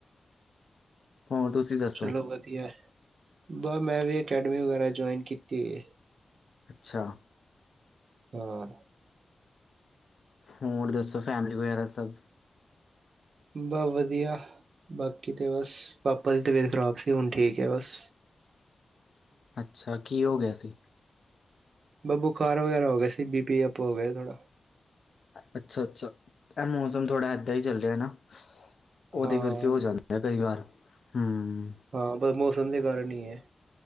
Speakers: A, on the left (about 60°); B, on the right (about 80°).
A: ਹੋਰ ਤੁਸੀਂ ਦੱਸੋ
B: ਚਲੋਂ ਵਧੀਆ, ਬਾਹ 'ਮੈਂ ਵੀ ਅਕੈਡਮੀ ਵਗੈਰਾ ਜੁਆਇਨ ਕੀਤੀ ਹੋਈ ਐ।
A: ਅੱਛਾ।
B: ਹਾਂ।
A: ਹੋਰ ਦੱਸੋਂ, ਫੈਮਲੀ ਵਗੈਰਾ ਸਭ?
B: ਬਸ ਵਧੀਆ, ਬਾਕੀ ਤੇ ਬਸ ਪਾਪਾ ਦੀ ਤਬੀਅਤ ਖ਼ਰਾਬ ਸੀ, ਹੁਣ ਠੀਕ ਏ, ਬਸ।
A: ਅੱਛਾ, ਕੀ ਹੋਗਿਆ ਸੀ?
B: ਬਾ ਬੁਖਾਰ ਵਗੈਰਾ ਹੋਗਿਆ ਸੀ, ਬੀਪੀ ਅੱਪ ਹੋਗਿਆ ਥੋੜਾ।
A: ਅੱਛਾ-ਅੱਛਾ, ਐ ਮੌਸਮ ਥੋੜ੍ਹਾ ਏਦਾਂ ਹੀ ਚੱਲ ਰਿਹਾ ਨਾ। ਉਹਦੇ
B: ਹਾਂ।
A: ਕਰਕੇ ਹੋ ਜਾਂਦੈ ਆ ਕਈ ਵਾਰ, ਹੂੰ।
B: ਹਾ, ਬਸ ਮੌਸਮ ਦੇ ਕਾਰਨ ਹੀ ਐ।